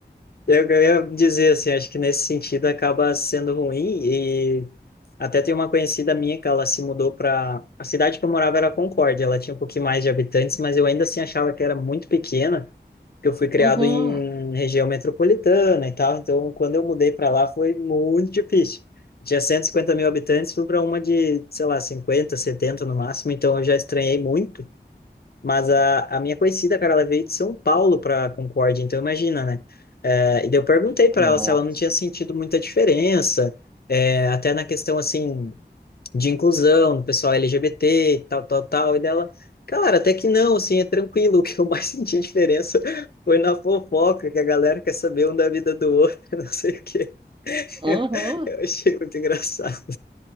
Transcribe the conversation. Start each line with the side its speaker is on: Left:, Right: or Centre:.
Left: Eu, eu ia dizer assim, acho que nesse sentido acaba sendo ruim e até tem uma conhecida minha que ela se mudou para a cidade que eu morava era Concórdia, ela tinha um pouquinho mais de habitantes, mas eu ainda assim achava que era muito pequena, porque eu fui criado
Right: Uhum.
Left: em região metropolitana e tal, então quando eu mudei para lá foi muito difícil. Tinha 150 mil habitantes, fui para uma de, sei lá, 50, 70 no máximo, então eu já estranhei muito. Mas a, a minha conhecida, cara, ela veio de São Paulo para Concórdia, então imagina, né? É, e daí eu perguntei para
Right: Nossa.
Left: ela se ela não tinha sentido muita diferença, é, até na questão, assim, de inclusão, do pessoal LGBT e tal, tal, tal. E dela, cara, até que não, assim, é tranquilo. <laughs> O que eu mais <laughs> senti diferença foi na fofoca, que a galera quer saber um da vida do outro, <laughs> não sei o quê. <laughs>
Right: Uhum.
Left: Eu, eu achei muito engraçado,